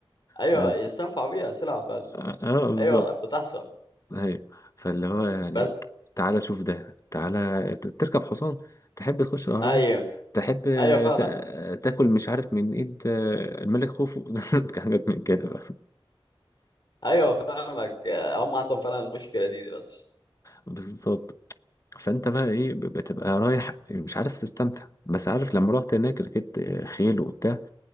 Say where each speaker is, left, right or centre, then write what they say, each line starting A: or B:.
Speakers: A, on the left; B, on the left.
A: أيوة
B: بس
A: يستنفع بيها سلعة فعلا
B: اه آه، بالظبط
A: أيوة بتحصل
B: ايوه فاللي هو يعني
A: بس
B: تعالى شوف ده تعالى ت- تركب حصان تحب تخش الاهرامات
A: أيوة
B: تحب
A: أيوة فعلا
B: ت- تاكل مش عارف من ايد الملك خوفو <laughs> حاجات من كده بقى
A: أيوة فاهمك آه، هم عندهم فعلا المشكلة دي, دي بس
B: بالظبط فانت بقى ايه ب- بتبقى رايح مش عارف تستمتع بس عارف لما رحت هناك ركبت خيل وبتاع